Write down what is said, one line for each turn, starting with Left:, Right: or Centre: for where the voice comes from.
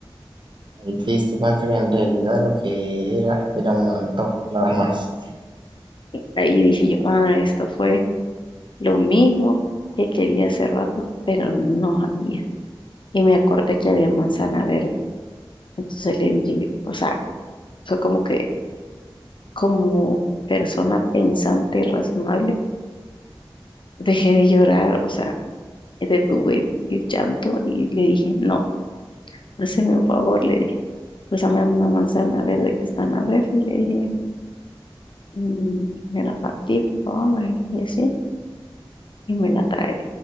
Right: Ahí te diste cuenta que en realidad lo que era era un antojo, nada más.
Left: Ahí dije yo, ah, esto fue Lo mismo que quería hace rato, pero no había. Y me acordé que había manzana verde. Entonces le dije, yo, o sea, fue como que como persona pensante y razonable, dejé de llorar, o sea, detuve el llanto y le dije, no, hazme un favor, le dije, pásame una manzana verde que está en la refri, le dije, y me la partí, por favor, y así, y me la traes.